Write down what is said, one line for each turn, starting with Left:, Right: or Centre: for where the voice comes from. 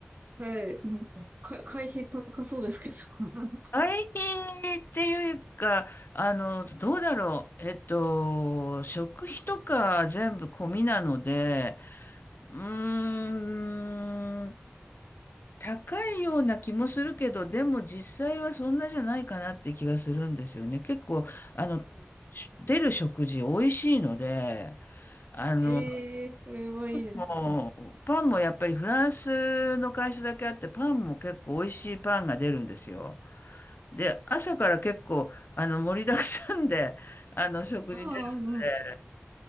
Right: はい、なんか、か、会費高そうですけど。<laughs>
Left: 大変っていうか、あの、どうだろう。えっと、食費とか全部込みなので、うーん、高いような気もするけど、でも実際はそんなじゃないかなって気がするんですよね。結構、あの、
Right: うん。
Left: し出る食事美味しいので、あの、
Right: ええそれはいいですね。
Left: もう、パンもやっぱりフランスの会社だけあって、パンも結構美味しいパンが出るんですよ。で、朝から結構、あの、盛りだくさんで、あの、食事出る
Right: ああ、うん。
Left: ので、